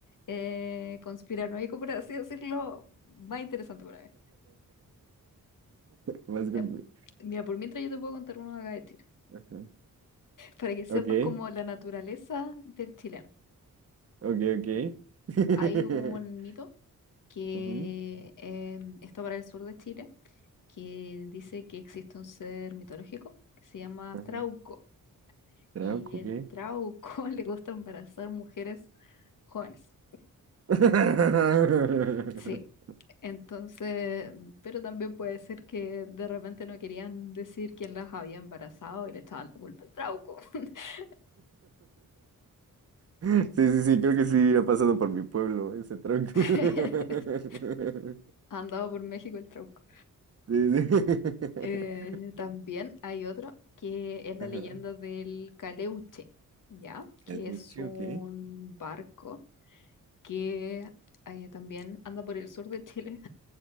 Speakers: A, on the left; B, on the right.
A: eh, conspiranoico, por así decirlo, más interesante para mí.
B: Más
A: Ya.
B: compli-
A: Mira, por mientras yo te puedo contar uno acá de Chile,
B: Ajá.
A: para que sepas
B: Ok,
A: como la naturaleza del chileno.
B: ok, ok. <laughs>
A: Hay un mito que
B: Ujú,
A: eh, está para el sur de Chile, que dice que existe un ser mitológico que se llama
B: ajá.
A: Trauco
B: Trauco,
A: Y el
B: ¿qué?
A: trauco <laughs> le gusta embarazar mujeres jóvenes.
B: <laughs>
A: Sí. Entonces, pero también puede ser que de repente no querían decir quién las había embarazado y le echaban la culpa al trauco. <laughs>
B: Sí, sí, sí, creo que sí ha pasado
A: Sí.
B: por mi pueblo ese tronco.
A: <laughs>
B: <laughs>
A: Andado por México el trauco.
B: Sí, sí.
A: Eh,
B: <laughs>
A: también hay otro que es la
B: Ajá.
A: leyenda del Caleuche, ¿ya? Que
B: Caluche,
A: es un
B: ok.
A: barco que eh, también anda por el sur de Chile